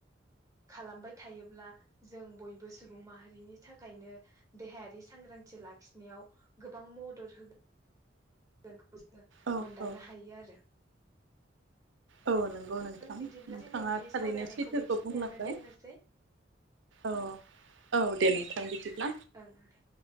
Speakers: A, on the right; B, on the right.
A: खालामबाय थायोब्ला जों बयबो सुबुं माहारिनि थाखायनो देहायारि सांग्रांथि लाखिनायाव गोबां मदद होगो न खौ जोङो
B: औ
A: मोनदांनो
B: औ
A: हायो आरो।
B: औ नंगौ नोंथां
A: बिदिब्ला
B: नोंथाङा
A: दिनैनि
B: थारैनो
A: सावरायनायखौ
B: सैथोखौ
A: बेखिनियावनो
B: बुंलांबाय।
A: दोननोसै
B: औ औ दे नोंथां बिदिब्ला
A: ओं दे।